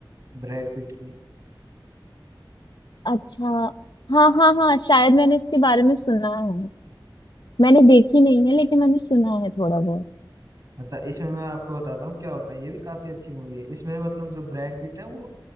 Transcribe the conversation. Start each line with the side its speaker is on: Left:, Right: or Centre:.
Right: ब्रैड पिट की
Left: अच्छा हाँ हाँ हाँ शायद मैंने इसके बारे में सुना है मैंने देखी नहीं है लेकिन मैंने सुना है थोड़ा बहुत
Right: अच्छा इसमें मैं आपको बताता हूँ क्या होता है ये भी काफी अच्छी मूवी है इसमें मतलब जो ब्रैड पीट है वो